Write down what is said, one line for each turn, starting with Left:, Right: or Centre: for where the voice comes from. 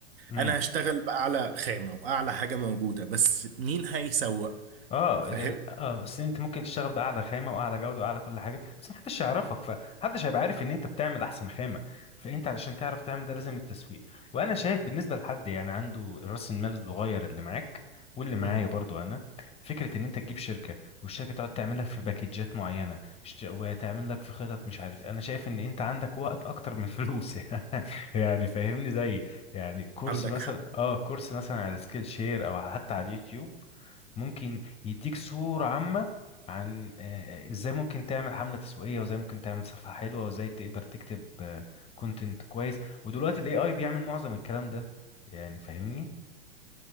Left: مم.
Right: انا هشتغل باعلى خامه واعلى حاجه موجوده بس مين هيسوق
Left: اه
Right: فاهم
Left: ال- اه بس انت ممكن تشتغل باعلى خامه واعلى جوده واعلى كل حاجه بس محدش يعرفك فمحدش هيبقى عارف ان انت بتعمل احسن خامه فانت علشان تعرف تعمل ده لازم التسويق وانا شايف بالنسبه لحد يعني عنده راس المال الصغير اللي معاك واللي معايا
Right: امم
Left: برضو انا فكره ان انت تجيب شركه والشركه تقعد تعمل لك في باكيجات معينه ش- وتعمل لك في خطط مش عارف انا شايف ان انت عندك وقت اكتر من فلوس <laughs> يعني يعني فاهمني زي يعني كورس
Right: عندك
Left: مثلا
Right: حق
Left: اه كورس مثلا على سكيل شير او على- حتى على اليوتيوب ممكن يديك صورة عامة عن آه، ازاي ممكن تعمل حملة تسويقية وازاي ممكن تعمل صفحة حلوة وازاي تقدر تكتب كونتنت كويس ودلوقتي الاي اي بيعمل معظم الكلام ده يعني فاهمني